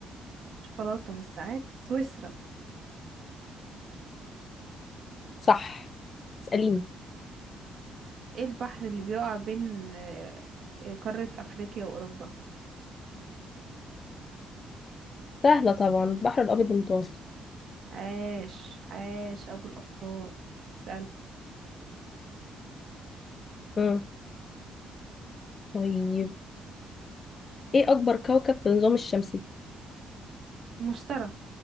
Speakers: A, on the right; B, on the left.
A: الشوكولاتة والساعات سويسرا
B: صح اسأليني
A: ايه البحر اللي بيقع بين آه، آه، قارة افريقيا واوروبا
B: سهلة طبعا البحر الأبيض المتوسط
A: عاش عاش ابو الاقطار اسألي
B: امم طيب ايه أكبر كوكب في النظام الشمسي
A: مشتري